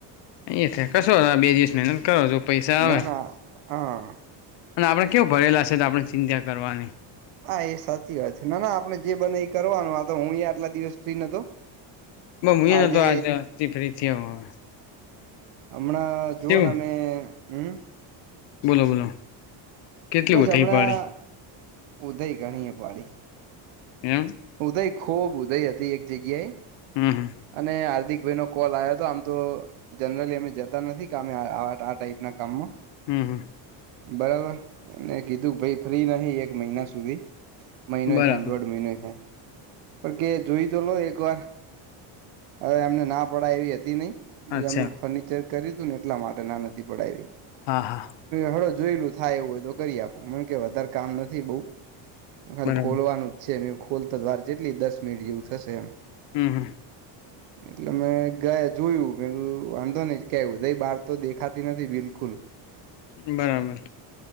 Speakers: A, on the left; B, on the right.
A: એ થ કશો આ બે દિવસ મહેનત કરો છો પૈસા આવે
B: ના ના હા
A: અને આપણે કેવું ભરેલા છે તો આપણે ચિંતા કરવાની
B: હા એ સાચી વાત છે. ના ના આપડણે જે બના એ કરવાનું આ તો હું અ આટલા દિવસ સુ નતો
A: બ હું એ
B: આજે
A: નતો આજેથી ફ્રીથી હ હવે
B: હમણાં જુવઓ
A: કેવું
B: ને અમે હમ
A: બોલો બોલો કેટલી
B: બસ
A: ઉઠાઈ
B: હમણાં
A: પાડી
B: ઉદય ગણી એ પાડી
A: એમ
B: ઉદય ખૂબ ઉદય હતી એક જગ્યાએ
A: હમ હા
B: અને હાર્દિક ભાઈ નો કોલ આવ્યો હતો આમ તો જનરલી અમે જતા નથી કે અમે આ ટાઈપના કામમાં
A: હમ હમ
B: બરાબર કીધું ભાઈ ફ્રી નહિ એક મહિના સુધી મહિનોય
A: બરાબર
B: થાય દોઢ મહિનોય થાય પણ કે જોઈ તો લો વાર હવે એમને ના પડાય એવી હતી નહી
A: અચ્છા
B: એમ ફ કર્યું તું ને એટલા માટે ના નથી પડાવી
A: હા હા
B: હળો જોયેલું થાય એવું હોય તો કરી આપું મને કે વધારે કામ નથી બઉુ ખાલી
A: બરાબર
B: ખોલવાનું જ છે. એમ એવું ખોલતા દ્વાર જેટલી દસ મિનિટ જેવું થશે એમ
A: હમ હ
B: એટલે મેં ગયા જોયું મે વાંધો નહ કેવુંઈ બહાર તો દેખાતી નથી બિલકુલ
A: બરાબર